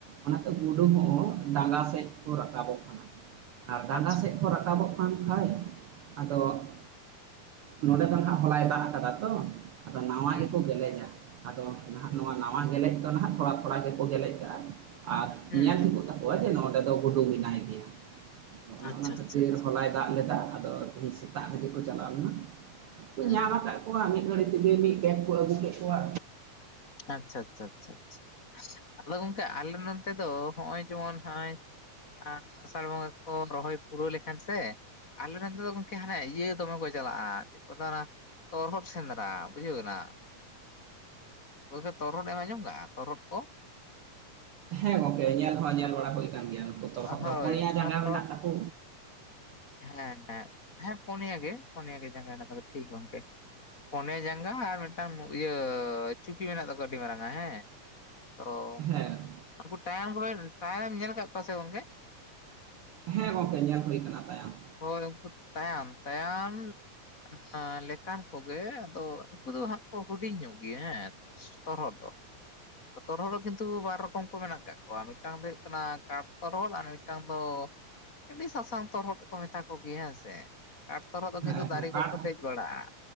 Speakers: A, on the right (about 80°); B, on the left (about 30°).
A: ᱚᱱᱟᱛᱮ ᱜᱩᱰᱩ ᱠᱚᱸ ᱦᱚᱸ ᱰᱟᱸᱜᱟ ᱥᱮᱡ ᱠᱚ ᱨᱟᱠᱟᱵᱚᱜ ᱠᱟᱱᱟ ᱟᱨ ᱰᱟᱸᱜᱟ
B: ᱟᱪᱪᱷᱟ
A: ᱥᱮᱫ ᱠᱚ ᱨᱟᱠᱟᱵᱚᱜ ᱠᱟᱱ ᱠᱷᱟᱡ ᱟᱫᱚ ᱱᱚᱰᱮ ᱫᱚ ᱱᱟᱦᱟᱜ ᱦᱚᱞᱟᱭ ᱫᱟᱜ ᱟᱠᱟᱫᱟ ᱛᱚ ᱟᱫᱚ ᱱᱟᱶᱟ
B: ᱦᱩᱸ
A: ᱜᱮ ᱠᱚ ᱜᱮᱞᱮᱡᱟ ᱟᱫᱚ ᱱᱟᱦᱟᱜ ᱱᱚᱶᱟ ᱱᱟᱶᱟ ᱜᱮᱞᱮᱡ ᱫᱚ ᱱᱟᱦᱟᱜ ᱛᱷᱚᱲᱟ ᱛᱷᱚᱲᱟ ᱜᱮᱠᱚ ᱜᱮᱞᱮᱡ ᱠᱟᱜᱼᱟ ᱟᱨ
B: ᱦᱩᱸ
A: ᱧᱮᱞ ᱛᱷᱤᱠᱚ ᱛᱟᱠᱚᱣᱟ ᱱᱚᱜ-ᱚᱭ ᱡᱮ ᱱᱚᱸᱰᱮ ᱫᱚ ᱜᱩᱰᱩ ᱢᱮᱱᱟᱭ ᱜᱮᱭᱟ, ᱚᱱᱮ
B: ᱟᱪᱪᱷᱟ
A: ᱚᱱᱟ
B: ᱟᱪᱪᱷᱟ
A: ᱠᱷᱟᱹᱛᱤᱨ
B: ᱟᱪᱪᱷᱟ
A: ᱜᱮ ᱦᱚᱞᱟᱭ ᱫᱟᱜ ᱞᱮᱫᱟ ᱟᱫᱚ ᱛᱮᱦᱮᱧ ᱥᱮᱛᱟᱜ ᱨᱮ ᱜᱮ ᱠᱚ ᱪᱟᱞᱟᱣ ᱞᱮᱱᱟ ᱟᱫᱚ ᱠᱚ
B: ᱦᱩᱸ
A: ᱧᱟᱢ ᱟᱠᱟᱫ ᱞᱳᱣᱟ ᱢᱤᱫ ᱜᱷᱟᱹᱲᱤᱡ ᱛᱮᱜᱮ ᱢᱤᱫ ᱵᱮᱜᱽ ᱠᱚ ᱟᱹᱜᱩ ᱠᱮᱫ ᱠᱚᱣᱟ
B: ᱟᱪᱷᱟ ᱟᱪᱷᱟ ᱟᱷᱟ ᱟᱫᱚ ᱜᱚᱝᱠᱮ ᱟᱞᱮ ᱱᱚᱛ ᱫᱚ ᱱᱚᱜᱼᱚᱭ ᱡᱮᱢᱚᱱ ᱱᱚᱜᱼᱚᱭ ᱟᱸ.. ᱟᱥᱟᱲ ᱵᱚᱸᱜᱟ ᱠᱚ ᱨᱚᱦᱚᱭ ᱯᱩᱨᱟᱹᱣ ᱞᱮᱠᱷᱟᱱ ᱥᱮ ᱟᱞᱮ ᱨᱮᱱ ᱫᱚ ᱜᱚᱢᱠᱮ ᱦᱟᱱᱮ ᱤᱭᱟᱹ ᱫᱚᱢᱮ ᱠᱚ ᱪᱟᱞᱟᱜᱼᱟ ᱪᱮᱫ ᱠᱚ ᱫ...... ᱛᱚᱨᱦᱚᱫ ᱥᱮᱸᱫᱽᱨᱟ ᱵᱩᱡᱷᱟᱹᱣᱜ ᱠᱟᱱᱟ ᱜᱚᱝᱠᱮ ᱛᱚᱨᱚᱦᱚᱫ ᱮᱢ ᱟᱸᱡᱚᱢ ᱟᱠᱟᱜᱼᱟ ᱛᱚᱨᱚᱦᱚᱫ ᱠᱚ?
A: ᱦᱮᱸ ᱜᱚᱝᱠᱮ ᱧᱮᱞ ᱦᱚᱸ ᱧᱮᱞ ᱵᱟᱲᱟ ᱦᱩᱭ ᱟᱠᱟᱱ ᱜᱮᱭᱟ ᱱᱩᱠᱩ ᱛᱚᱨᱚᱦᱚᱫ
B: ᱦᱳᱭ
A: ᱫᱚ ᱯᱚᱱᱭᱟ ᱡᱟᱸᱜᱟ
B: ᱚᱱᱟ ᱛᱚ
A: ᱢᱮᱱᱟᱜ ᱛᱟᱠᱚ
B: ᱦᱮᱸ ᱦᱮᱸ, ᱦᱮᱸ ᱯᱩᱱᱭᱟ ᱜᱮ ᱯᱩᱱᱭᱟ ᱜᱮ ᱡᱟᱸᱜᱟ ᱟᱱᱟ ᱠᱚ ᱴᱷᱤᱠ ᱜᱮ ᱜᱚᱝᱠᱮ ᱯᱚᱱᱮ ᱡᱟᱸᱜᱟ ᱟᱨ ᱢᱤᱫᱴᱟᱝ ᱤᱭᱟᱹ ᱪᱩᱯᱤ ᱢᱮᱱᱟᱜ ᱛᱟᱠᱚᱣᱟ ᱟᱹᱰᱤ ᱢᱟᱨᱟᱝ ᱦᱮᱸ ᱚᱻ..
A: ᱦᱮᱸ...
B: ᱩᱱᱠᱩ ᱴᱟᱭᱟᱝ ᱠᱚ ᱴᱟᱭᱟᱝ ᱮᱢ ᱧᱮᱞ ᱟᱠᱟᱫ ᱠᱚᱣᱟ ᱥᱮ ᱜᱚᱝᱠᱮ?
A: ᱦᱮᱸ ᱜᱚᱝᱠᱮ ᱧᱮᱞ ᱦᱩᱭ ᱟᱠᱟᱱᱟ ᱛᱟᱭᱟᱝ
B: ᱦᱚᱭ ᱩᱱᱠᱩ ᱛᱟᱭᱟᱝ, ᱛᱟᱭᱟᱝ <unintelligible> ᱞᱮᱠᱟᱱ ᱠᱚᱜᱮ ᱟᱫᱚ ᱩᱱᱠᱩ ᱫᱚ ᱦᱟᱸᱜ ᱠᱚ ᱦᱩᱰᱤᱧ ᱧᱚᱜ ᱜᱮᱭᱟ ᱦᱮᱸ <unintelligible> ᱛᱚᱨᱦᱟᱫ ᱫᱚ ᱛᱚᱨᱦᱚᱫ ᱫᱚ ᱠᱤᱱᱛᱩ ᱵᱟᱨ ᱨᱚᱠᱚᱢ ᱠᱚ ᱢᱮᱱᱟᱜ ᱠᱟᱜ ᱠᱚᱣᱟ ᱢᱤᱫᱴᱟᱝ ᱫᱚ ᱦᱩᱭᱩᱜ ᱠᱟᱱᱟ ᱠᱟᱴ ᱛᱚᱨᱚᱦᱚᱫ ᱟᱨ ᱢᱤᱫᱴᱟᱝ ᱫᱚ ᱟᱹᱰᱤ ᱥᱟᱥᱟᱝ ᱛᱚᱨᱦᱚᱫ ᱦᱚᱸ ᱠᱚ ᱢᱮᱛᱟ ᱠᱚ ᱜᱮᱭᱟ ᱦᱮᱸ ᱥᱮ ᱠᱟᱴ ᱛᱚᱨᱚᱦᱚᱫ ᱫᱚ
A: ᱦᱮᱸ
B: ᱠᱤᱱᱛᱩ ᱫᱟᱨᱮ
A: ᱦᱮᱸ ᱠᱟᱴ
B: ᱠᱚᱠᱚ ᱫᱮᱡ ᱜᱲᱟᱜ